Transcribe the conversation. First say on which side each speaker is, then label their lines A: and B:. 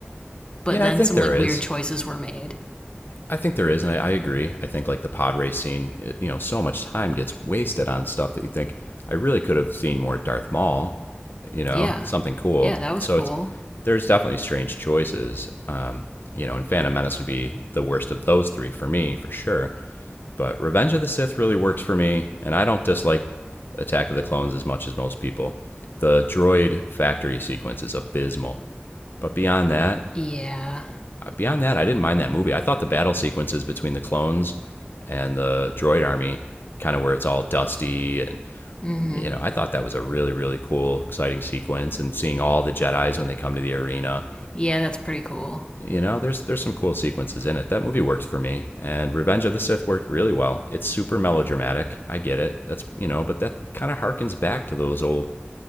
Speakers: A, on the left; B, on the left.
A: but
B: Yeah,
A: then
B: I think
A: some
B: there
A: like
B: is.
A: weird choices were made
B: I think there is, and I, I agree. I think like the pod racing, it- you know, so much time gets wasted on stuff that you think I really could have seen more Darth Maul, you know,
A: Yeah.
B: something cool.
A: Yeah, that was
B: So
A: cool.
B: it's there's definitely strange choices, um, you know, and Phantom Menace would be the worst of those three for me for sure. But Revenge of the Sith really works for me, and I don't dislike Attack of the Clones as much as most people. The droid factory sequence is abysmal, but beyond that,
A: Yeah.
B: uh, beyond that, I didn't mind that movie. I thought the battle sequences between the clones and the droid army, kind of where it's all dusty, and
A: Mhm.
B: you know, I thought that was a really really cool, exciting sequence. And seeing all the Jedi's when they come to the arena,
A: Yeah, that's pretty cool.
B: you know, there's there's some cool sequences in it. That movie works for me. And Revenge of the Sith worked really well. It's super melodramatic. I get it. That's you know, but that kind of harkens back to those old